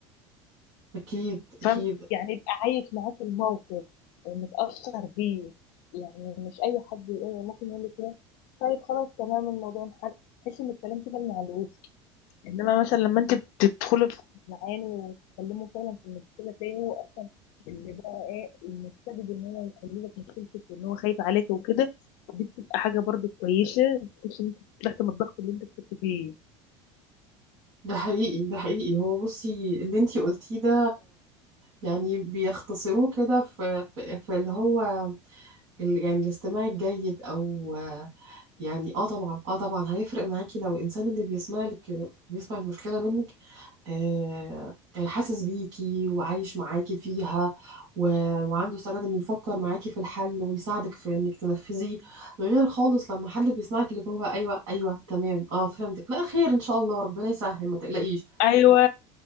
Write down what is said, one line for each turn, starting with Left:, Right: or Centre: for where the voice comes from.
Right: اكيد اكيد
Left: فاهم يعني يبقى عايش معاك الموقف متأثر بيه يعني مش أي حد يقول ممكن يقول لك إيه طيب خلاص تمام الموضوع انحل تحس إن الكلام كده من على الوش إنما مثلا لما أنت بتدخلي في معاني وتتكلموا فعلا في المشكلة تلاقي هو أصلا اللي بقى إيه المستبد إن هو يحل لك مشكلتك وإن هو خايف عليك وكده دي بتبقى حاجة برضه كويسة بتحس إن أنت طلعت من الضغط اللي أنت كنت فيه
Right: ده حقيقي ده حقيقي هو بصي اللي انت قلتيه ده يعني بيختصروه كده في في, في اللي هو ال- يعني الاستماع الجيد او يعني اه طبعا اه طبعا هيفرق معاكي لو الانسان اللي بيسمع لك بيسمع المشكله منك آه آه، حاسس بيكي وعايش معاكي فيها و... وعنده استعداد انه يفكر معاكي في الحل ويساعدك في انك تنفذيه غير خالص لما حد بيسمعك اللي هو ايوه ايوه تمام اه فهمتك لا خير ان شاء الله ربنا يسهل ما تقلقيش
Left: أيوه